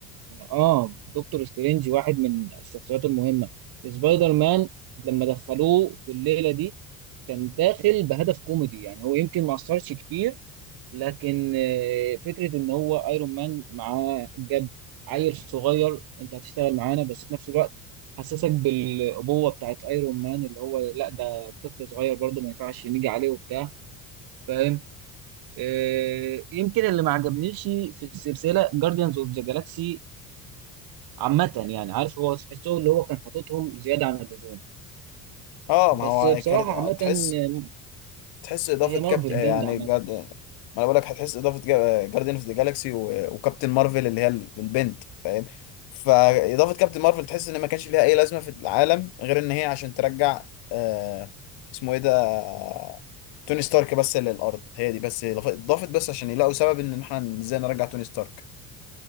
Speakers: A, on the right (about 50°); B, on the left (about 60°).
A: اه دكتور سترينج واحد من الشخصيات المهمة سبايدر مان لما دخلوه في الليلة دي كان داخل بهدف كوميدي يعني هو يمكن ما اثرش كتير لكن آه، فكره ان هو ايرون مان معاه جاب عيل صغير انت هتشتغل معانا بس في نفس الوقت حسسك بالابوه بتاعت ايرون مان اللي هو لا ده طفل صغير برضه ما ينفعش نيجي عليه وبتاع فاهم آه، يمكن اللي ما عجبنيش في السلسله جارديانز اوف ذا جالاكسي عامه يعني عارف هو تحسه اللي هو كان حاططهم زياده عن اللزوم
B: اه
A: بس
B: ما هو
A: بصراحه
B: كانت
A: عامه
B: تحس
A: آه،
B: تحس اضافه
A: هي
B: كابتن
A: مارفل
B: يعني
A: جامده عامه
B: جارد ما انا بقول لك هتحس اضافه جا- جارديان اوف ذا جالاكسي و- وكابتن مارفل اللي هي ال- البنت فاهم فاضافه كابتن مارفل تحس ان ما كانش ليها اي لازمه في العالم غير ان هي عشان ترجع آه اسمه ايه ده آه، توني ستارك بس للارض هي دي بس إضاف- اضافت بس عشان يلاقوا سبب ان احنا ازاي نرجع توني ستارك